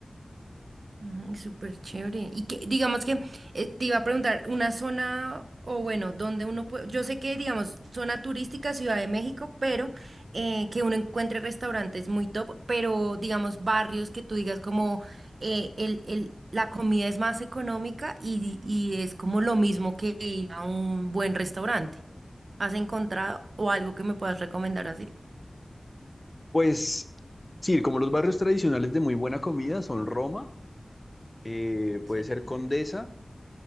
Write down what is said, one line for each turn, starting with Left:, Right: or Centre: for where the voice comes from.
Right: Mm, súper chévere. Y que, digamos que eh, te iba a preguntar, una zona, o bueno, donde uno puede, yo sé que, digamos, zona turística, Ciudad de México, pero eh, que uno encuentre restaurantes muy top, pero digamos, barrios que tú digas como eh, el, el, la comida es más económica y, y es como lo mismo que ir a un buen restaurante. ¿Has encontrado o algo que me puedas recomendar así?
Left: Pues sí, como los barrios tradicionales de muy buena comida son Roma, eh,
Right: Sí.
Left: puede ser Condesa,